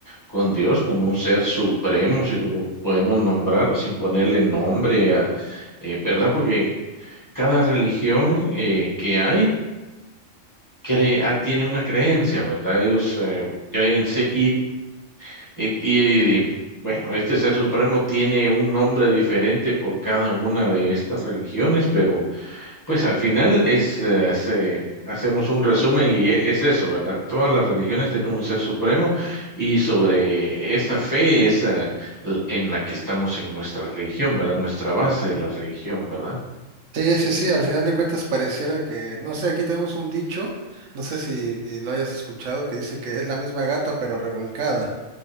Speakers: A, on the left; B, on the right.
A: con Dios, con un ser supremo, si lo podemos nombrar, sin ponerle nombre a, eh, ¿verdad? Porque cada religión eh, que hay cree, ah, tiene una creencia, ¿verdad? Ellos eh, creen sí, y, y, y- y- bueno, este ser supremo tiene un nombre diferente por cada una de estas religiones, pero pues al final es, eh, se- hacemos un resumen y e- es eso, ¿verdad? Todas las religiones tienen un ser supremo y sobre esa fe es eh, l- en la que estamos en nuestra religión, ¿verdad? Nuestra base de la religión, ¿verdad?
B: Sí, sí, sí, al final de cuentas pareciera que, no sé, aquí tenemos un dicho, no sé si lo hayas escuchado, que dice que es la misma gata pero revolcada.